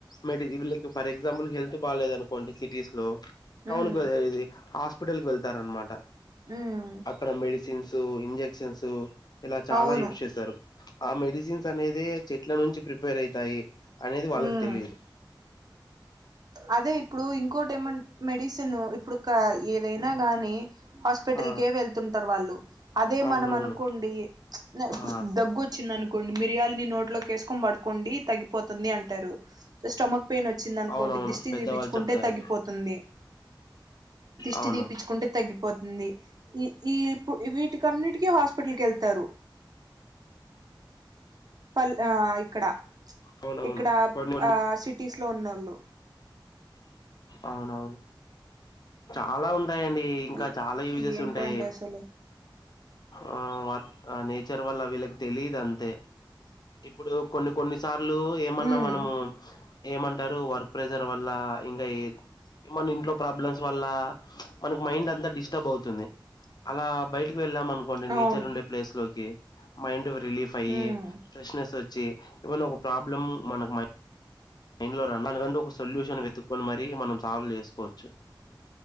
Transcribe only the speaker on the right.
ఉమ్
ఉమ్
అవును
ఉమ్
అదే ఇప్పుడు ఇంకోటి ఏమ మెడిసిన్ ఇప్పుడు ప ఏదైనా గానీ హాస్పిటల్కే
వెళ్తుంటారు వాళ్ళు అదే
మనం అనుకోండి ఇప్పుడు
దగ్గు వచ్చిందనుకోండి మిరియాలని నోట్లోకి ఎసుకొని పడుకోండి తగ్గిపోతుంది అం అట్టారు స్టమక్ పెయిన్ వచ్చిందను
కొండి దిష్టి
దీపించుకుంటే
తగ్గిపోతుంది దిష్టి
దీపించుకుంటే తగ్గిపోతుంది ఈ ఈప్పు ఇవీటి కన్నిటికి హాస్పిటల్ కేళ్తు తరు పల్ ఆ ఇక్కడ
ఇక్కడ
ఆ సిటీస్ లో ఉన్నోళ్ళు
ఏ
ఏంటో
అండి అసలు
ఉమ్
అవును
ఉమ్